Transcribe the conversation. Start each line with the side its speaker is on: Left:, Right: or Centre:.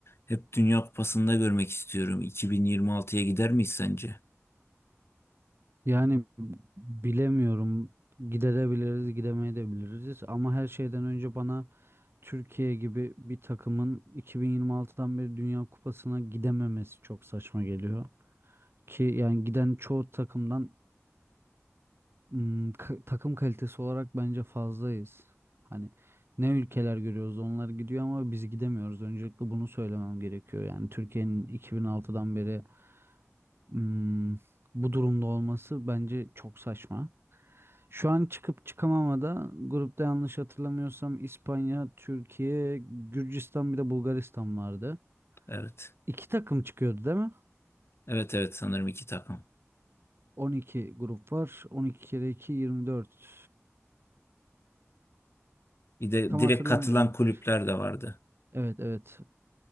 Left: hep Dünya Kupası'nda görmek istiyorum. 2026'ya gider miyiz sence?
Right: Yani bilemiyorum. Gidebiliriz, gidemeyebiliriz ama her şeyden önce bana Türkiye gibi bir takımın 2026'dan beri Dünya Kupası'na gidememesi çok saçma geliyor. Ki yani giden çoğu takımdan ım, ka- takım kalitesi olarak bence fazlayız. Hani ne ülkeler görüyoruz onlar gidiyor ama biz gidemiyoruz. Öncelikle bunu söylemem gerekiyor. Yani Türkiye'nin 2006'dan beri ım, bu durumda olması bence çok saçma. Şu an çıkıp çıkamamada grupta yanlış hatırlamıyorsam İspanya, Türkiye, Gürcistan bir de Bulgaristan vardı.
Left: Evet.
Right: İki takım çıkıyordu değil mi?
Left: Evet evet sanırım iki takım.
Right: 12 grup var. 12 kere 2 24.
Left: Bir de
Right: Tam
Left: direkt
Right: hatırlamıyorum
Left: katılan kulüpler
Right: bu kaç.
Left: de vardı.
Right: Evet evet.